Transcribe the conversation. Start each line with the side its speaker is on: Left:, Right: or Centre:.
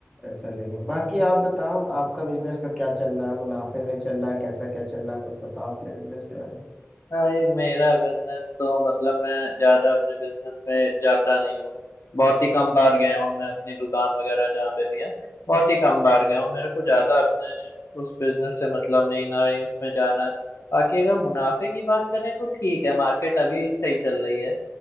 Centre: ऐसा नहीं है बाकी आप बताओ आपका बिजनेस का क्या चल रहा है मुनाफे में चल रहा है कैसा क्या चल रहा है कुछ बताओ अपने बिजनेस के बारे में
Left: भाई मेरा बिजनेस तो मतलब मैं ज्यादा अपने बिजनेस पे जाता नहीं हूँ बहुत ही कम बार गया हूँ मैं अपनी दुकान वगैरह जहाँ पे भी है बहुत ही कम बार गया हूँ मेरे को ज्यादा अपने उस बिजनेस से मतलब नहीं ना ही उसमें जाना है बाकी अगर मुनाफे की बात करें तो ठीक है मार्केट अभी सही चल रही है